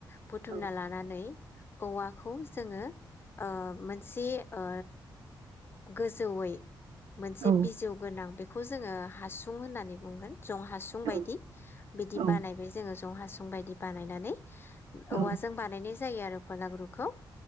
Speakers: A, on the left; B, on the right.
A: बुथुमना
B: औ
A: लानानै औवाखौ जोंङो ओ मोनसे ओ गोजौैयै मोनसे
B: औ
A: बिजौ गोनां बेख खौ जोंङो हासु फुं होननानै बुंगोन जं हासुं
B: औ
A: बायदि बिदि
B: औ
A: बानायबाय जोंङो जं हासुं बायदि बानायनानै
B: औ
A: औवाजों बानायनायज जायो आरो भेलागुरुखौ